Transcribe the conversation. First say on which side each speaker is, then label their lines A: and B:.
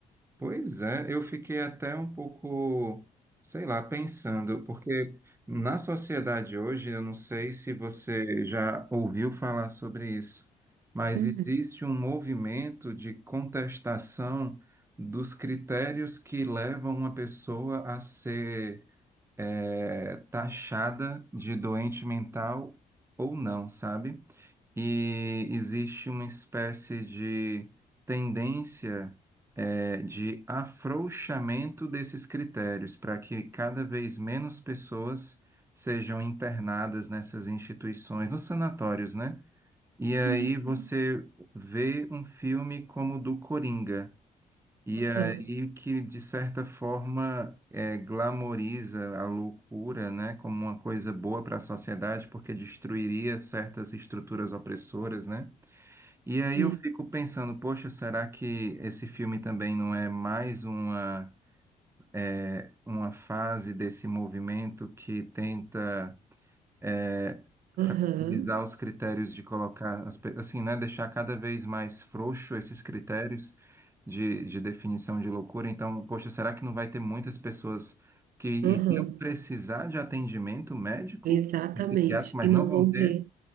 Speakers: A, on the right; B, on the right.
A: Pois é, eu fiquei até um pouco, sei lá, pensando, porque na sociedade hoje, eu não sei se você já ouviu falar sobre isso, mas
B: Uhum.
A: existe um movimento de contestação dos critérios que levam uma pessoa a ser, eh, taxada de doente mental ou não, sabe? e existe uma espécie de tendência eh, de afrouxamento desses critérios para que cada vez menos pessoas sejam internadas nessas instituições, nos sanatórios, né? E aí
B: Sim, sim.
A: você vê um filme como o do Coringa. E
B: Aham.
A: aí que, de certa forma, é, glamoriza a loucura, né, como uma coisa boa para a sociedade, porque destruiria certas estruturas opressoras, né? E aí
B: E-
A: eu fico pensando, poxa, será que esse filme também não é mais uma, é, uma fase desse movimento que tenta é, fragilizar
B: Aham.
A: os critérios de colocar, as pe- assim, né, deixar cada vez mais frouxo esses critérios de, de definição de loucura. Então, poxa, será que não vai ter muitas pessoas que iriam
B: Aham,
A: precisar de atendimento médico
B: exatamente.
A: e psiquiátrico, mas
B: E não
A: não vão
B: vão
A: ter?
B: ter.